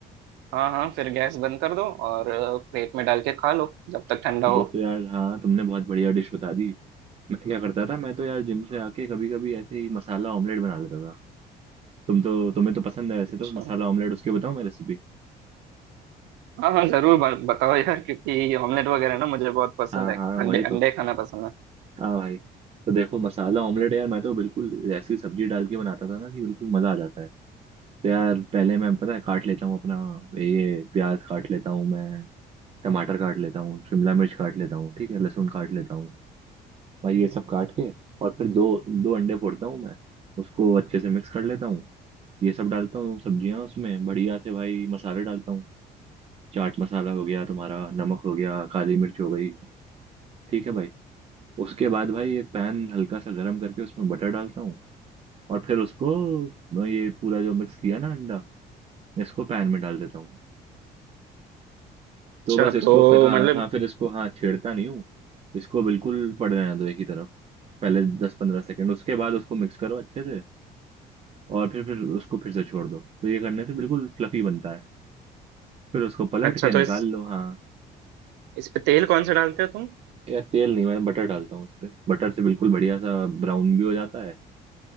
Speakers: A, on the right (about 90°); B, on the right (about 35°).
A: हाँ हाँ फिर गैस बंद कर दो और प्लेट में डाल के खा लो जब तक ठंडा
B: ये
A: हो
B: तो यार हाँ तुमने बहुत बढ़िया डिश बता दी मैं क्या करता था मैं तो यार जिम से आके कभी कभी ऐसे ही मसाला ऑमलेट बना लेता था तुम तो तुम्हें तो पसंद है वैसे
A: अच्छा
B: तो मसाला ऑमलेट उसकी बताओ मैं रेसिपी
A: हाँ हाँ जरूर ब- बताओ यार क्योंकि ये ऑमलेट वगैरह ना मुझे बहुत पसंद
B: हाँ
A: है
B: हाँ
A: अंडे
B: वही
A: अंडे
B: तो
A: खाना पसंद है
B: हाँ भाई तो देखो मसाला ऑमलेट यार मैं तो बिल्कुल जैसी सब्जी डाल के बनाता था ना कि बिल्कुल मजा आ जाता है तो यार पहले मैं पता है काट लेता हूँ अपना ये प्याज काट लेता हूँ मैं टमाटर काट लेता हूँ शिमला मिर्च काट लेता हूँ ठीक है लहसुन काट लेता हूँ भाई ये सब काट के और फिर दो दो अंडे फोड़ता हूँ मैं उसको अच्छे से मिक्स कर लेता हूँ ये सब डालता हूँ सब्जियाँ उसमें बढ़िया से भाई मसाले डालता हूँ चाट मसाला हो गया तुम्हारा नमक हो गया काली मिर्च हो गई ठीक है भाई उसके बाद भाई एक पैन हल्का सा गर्म करके उसमें बटर डालता हूँ और फिर उसको ये पूरा जो मिक्स किया ना अंडा इसको पैन में डाल देता हूँ
A: अच्छा
B: तो बस इसको
A: तो
B: फिर हाँ
A: मतलब
B: हाँ फिर इसको हाँ छेड़ता नहीं हूँ इसको बिल्कुल पड़ रहने दो एक ही तरफ पहले दस पंद्रह सेकंड उसके बाद उसको मिक्स करो अच्छे से और फिर फिर उसको फिर से छोड़ दो तो ये करने से बिल्कुल फ्लफी बनता है फिर उसको पलट
A: अच्छा
B: के
A: तो
B: निकाल
A: इस
B: लो हाँ
A: इस पे तेल कौन सा डालते हो तुम
B: यार तेल नहीं मैं बटर डालता हूँ उस पर बटर से बिल्कुल बढ़िया सा ब्राउन भी हो जाता है